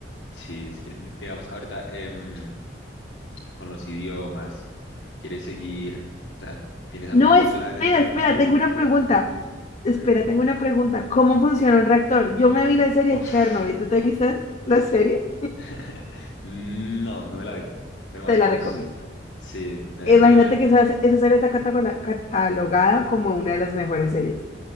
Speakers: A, on the left (about 80°); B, on the left (about 40°).
A: sí, sí, di- digamos, ahorita, em, con los idiomas? ¿Quieres seguir? O sea, ¿tienes algunos
B: No, espera,
A: planes para
B: espera,
A: el futuro?
B: tengo una pregunta. Espera,
A: Ujú.
B: tengo una pregunta. ¿Cómo funciona un reactor? Yo me vi la serie
A: Uf.
B: Chernobyl. ¿Tú te viste la serie?
A: <laughs> No, no me la vi.
B: <laughs>
A: Pero más
B: Te la
A: o menos,
B: recomiendo.
A: sí, eh,
B: Imagínate
A: sí me la...
B: que esa, esa serie está catagola- catalogada como una de las mejores series.